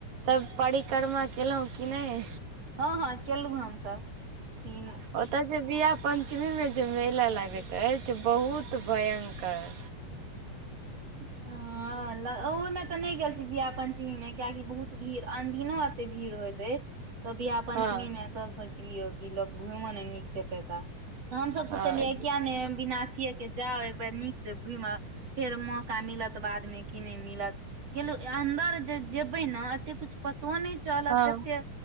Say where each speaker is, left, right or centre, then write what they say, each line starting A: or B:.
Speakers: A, on the right (about 85°); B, on the right (about 50°).
A: तब परिक्रमा केलौं कि नय
B: हँ हँ केलौं हमसब तीन
A: ओतय जे बिवाह पंचमी मे जे मेला लागति अछि से बहुत भयंकर
B: <inaudible> ह ओहोमे तऽ नय गेल छी विवाह पंचमी मे कियकि बहुत भीड़ अनदिना एते भीड़ होइत अछि तऽ बियाह पंचमी
A: हँ
B: मे तऽ सोचलियो कि ल घुमो ने नीक से पेता हमसब
A: हँ
B: सोचलियै किया नय बिना अथिये के जाउ एक बेर नीक से घुम आउ फेर मौ का मिलत बाद मे की नय मिलत गेलु अन्दर जे जेबे ने एते कुछ पतो नय चलत
A: हँ
B: जते